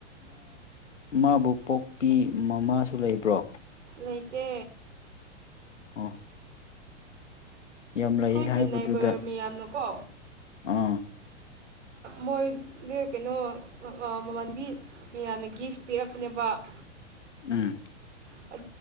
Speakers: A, on the left; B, on the right.
A: ꯃꯥꯕꯨ ꯄꯣꯛꯄꯤ ꯃꯃꯥꯁꯨ ꯂꯩꯕ꯭ꯔꯣ
B: ꯂꯩꯇꯦ
A: ꯑ ꯌꯥꯝ
B: ꯑꯩꯈꯣꯏꯒꯤ
A: ꯂꯩꯥꯛ ꯍꯥꯏꯕꯗꯨꯗ
B: ꯅꯥꯏꯕꯔ ꯃꯌꯥꯝꯅꯀꯣ
A: ꯑꯥ
B: ꯃꯣꯏ ꯀꯩꯅꯣ ꯃꯃꯥꯟꯕꯤ ꯃꯌꯥꯝꯅ ꯒꯤꯐ ꯄꯤꯔꯛꯄꯅꯦꯕ ꯀ
A: ꯎꯝ
B: ꯑ